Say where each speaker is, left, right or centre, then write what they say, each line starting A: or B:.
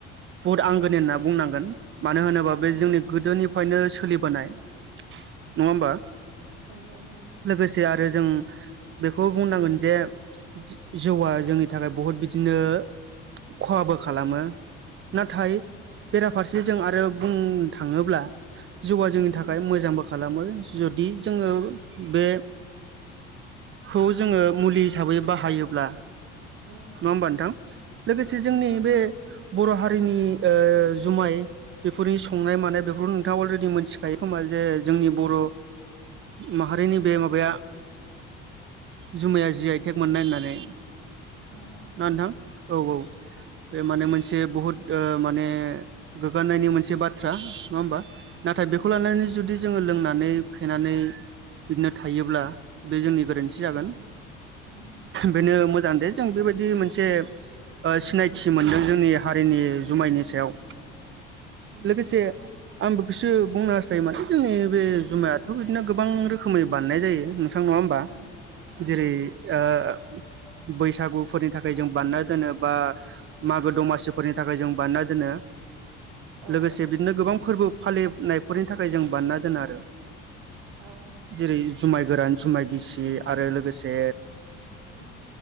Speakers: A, on the right (about 40°); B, on the right (about 80°).
A: बुहुद आंगोन होनना बुंनांगोन मानो होनोबा
B: औ
A: बे जोंनि गोदोनिफ्रायनो सोलिबोनाय नङा होमबा
B: औ औ
A: लोगोसे आरो जों बेखौ बुंनांगोन जे जौआ जोंनि थाखाय बहुत बिदिनो खहाबो खालामो ना थायो
B: औ
A: बेराफारसे जों आरो बुंनो थाङोब्ला जिउआ जोंनि
B: उम
A: थाखाय मोजांबो खालामो जुदि जोङो बे खौ जोङो मुलि हिसाबै बाहायोब्ला
B: औ
A: नङा होमबा नोंथां लोगोसे जोंनि बे बर' हारिनि जुमाय बेफोरनि संनाय मानाय बेफोरखौ नोंथाङा अलरेडि मोनथिखायो खोमा जे जोंनि बर' माहारिनि बे माबाया जुमाया जि आइटेक मोननाय होननानै
B: औ
A: ना नोंथां औ औ माने मोन मोनसे बहुद माने गोग्गानायनि मोनसे बाथ्रा नङा होमबा नाथाय बेखौ
B: औ
A: लानानै जुदि जोङो लोंनानै फेनानै बिदिनो थायोब्ला बे जोंनि गोरोन्थि जागोन
B: उम उम
A: बेनो मोजां दे जों बेबायदि मोनसे सिनायथि मोनदों जोंनि हारिनि जुमायनि
B: उम
A: सायाव
B: उम
A: लोगोसे आं बेखौसो बुंनो हास्थायोमोन जोंनि बे जुमायाथ'
B: उम
A: बिदिनो गोबां रोखोमै बानायनाय जायो नोंथां नङा होमबा
B: औ औ
A: जेरै ओ बैसागुफोरनि थाखाय जों बानायना दोनो बा मागो दमासिफोरनि थाखाय जों बानायना दोनो
B: औ
A: लोगोसे बिदिनो गोबां फोरबो फालिनायफोरनि थाखाय जों बानायना दोनो आरो
B: औ
A: जेरै जुमाय गोरान जुमाय गिसि आरो लोगोसे
B: ओ